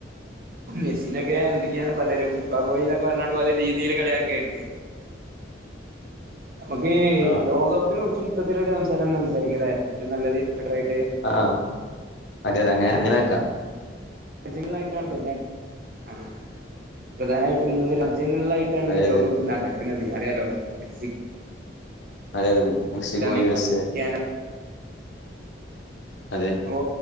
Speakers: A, on the right; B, on the left.
A: മെസ്സിനൊക്കെ എന്തൊക്കെയാണ് പലരും ഫിഫാ ബോയി എന്നൊക്കെ പറഞ്ഞിട്ട് പല രീതിയിൽ കളിയാക്കല്ണ്ട്. നമുക്ക്
B: ആഹ്
A: ലോകകപ്പിനെ കുറിച്ച് ഇത്തരത്തിലൊരു സംസാരം സംസാരിക്കലേ ഏറ്റവും നല്ലത് ബെറ്ററ് ആയിട്ട്
B: ആഹ് അതെ അതെ അങ്ങനെ അങ്ങനെ ആക്കാം.
A: രാജ്യങ്ങളായിട്ടാണ്. പിന്നെ ആ പ്രധാനായിട്ട് മൂന്ന് രാജ്യങ്ങളിലായി ട്ടാണ്
B: അതെ
A: ഈ
B: അതെ
A: ലോകകപ്പ് നടക്ക്ണത്. അറിയാലോ മെക്സിക്കോ
B: അതെ അതെ Mexico
A: America
B: U S A
A: Canada
B: അതെ
A: ഓ